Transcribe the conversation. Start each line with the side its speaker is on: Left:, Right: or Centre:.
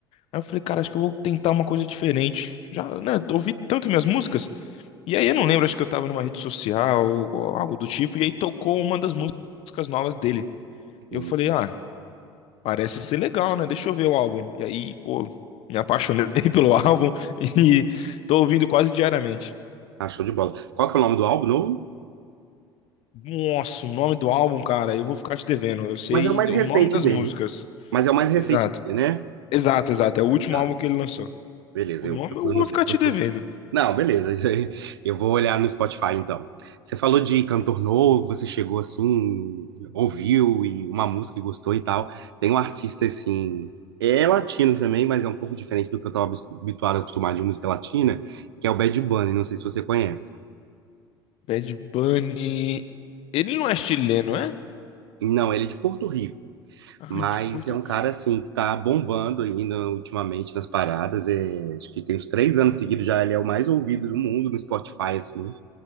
Left: Aí eu falei, cara, acho que eu vou tentar uma coisa diferente. Já, né? Ouvi tanto minhas músicas. E aí eu não lembro, acho que eu tava numa rede social ou algo do tipo. E aí tocou uma das músicas novas dele. E
Right: Hum,
Left: eu falei, ah, Parece ser legal, né? Deixa eu ver o álbum. E aí, pô, me apaixonei <laughs> pelo álbum e tô ouvindo quase diariamente.
Right: Ah, show de bola. Qual que é o nome do álbum novo?
Left: Nossa, o nome do álbum, cara, eu vou ficar te devendo. Eu sei
Right: Mas é o mais
Left: o
Right: recente
Left: nome das
Right: dele.
Left: músicas.
Right: Mas é o mais recente
Left: Exato.
Right: dele, né?
Left: Exato, exato. É o último
Right: Tá,
Left: álbum que ele lançou.
Right: beleza.
Left: O
Right: Eu
Left: nome
Right: procuro
Left: eu vou
Right: no,
Left: ficar
Right: eu procuro
Left: te devendo.
Right: Não, beleza. <laughs> Eu vou olhar no Spotify então. Você falou de cantor novo, você chegou assim, ouviu e uma música e gostou e tal. Tem um artista assim, é latino também, mas é um pouco diferente do que eu estava habituado, acostumado de música latina, que é o Bad Bunny, não sei se você conhece.
Left: Bad Bunny. Ele não é chileno, é?
Right: Não, ele é de Porto Rico,
Left: Ai,
Right: mas
Left: de Porto.
Right: é um cara assim que tá bombando ainda ultimamente nas paradas. É, acho que tem uns três anos seguidos já, ele é o mais ouvido do mundo no Spotify, assim.